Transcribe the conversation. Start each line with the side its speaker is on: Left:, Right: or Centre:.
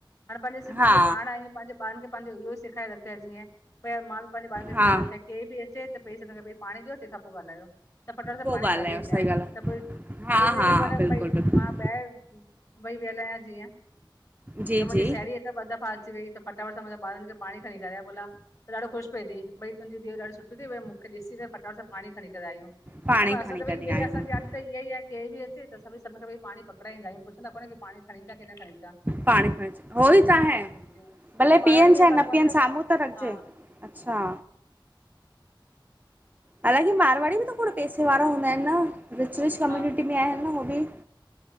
Left: हाणे पंहिंजे सिंधी
Right: हा
Left: जी पाण आहियूं पंहिंजे ॿार खे पंहिंजो इहो ई सेखारे रख त जीअं पई मांणु पंहिंजे ॿारनि खे
Right: हा
Left: चई रखे केर ॿि अचे त पेरि सबिन खां पेरि पाणी ॾियो तंहिंखां पोइ ॻाल्हायो। त फटाट सां
Right: पोइ
Left: पाणी
Right: ॻाल्हायो
Left: भरे ईंदा
Right: सही
Left: आहिनि,
Right: ॻाल्हि
Left: त पोइ
Right: आहे हा
Left: भई मुंहिंजे
Right: हा
Left: केॾी महिल
Right: बिल्कुलु
Left: भई
Right: बिल्कुलु
Left: मां ॿायर भई व्यंल आ जीअं,
Right: जी
Left: त मुंहिंजी
Right: जी
Left: साहेड़ी ॿ दफ़ा अची वई त फटाफट सां मुजा ॿारनि पाणी खणी कराएया बोला त ॾाढो ख़ुशि पीए थी, भई तुंहिंजी धीउ ॾाढी सुठी तई मूंखे ॾीसी करे फटाफट सां पाणी खणी करे आ आहियूं। त
Right: पाण ई
Left: मां असां
Right: खणी
Left: त
Right: करे
Left: भई इया
Right: आहियूं
Left: आ असांजी आदत त ईंय ई केर ॿि अचे त असा भई सभिननि खा पहरे पाणी पकड़ाईंदा आहियूं, पुछदा कोन आयू की पाणी खणीचां छा की न खणीचां।
Right: पाणी खणीचां, हो ई तो आहे
Left: जीअं
Right: भले
Left: त मारवाड़ी
Right: पीयन,
Left: में इहा
Right: छााहे
Left: ॻाल्हि
Right: न
Left: कोन
Right: पीयन
Left: थव
Right: साम्हूं त रखजे।
Left: हा
Right: अच्छा हालांकी मारवाड़ी ॿि त खोण पैसे वारा हूंदा ऐन न, रिच रिच कम्यूुनिटी
Left: हा
Right: में आहिनि न उहो ॿि।